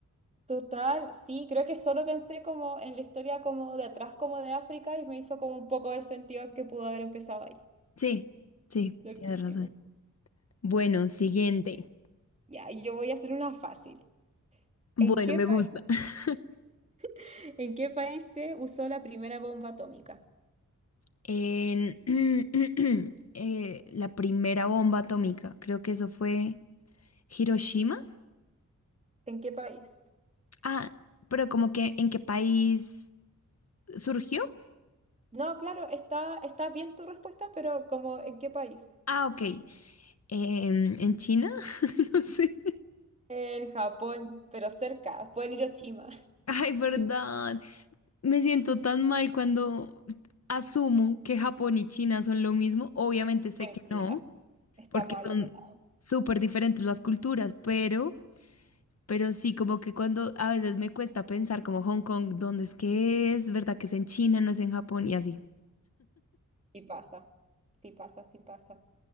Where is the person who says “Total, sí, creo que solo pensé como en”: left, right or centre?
Right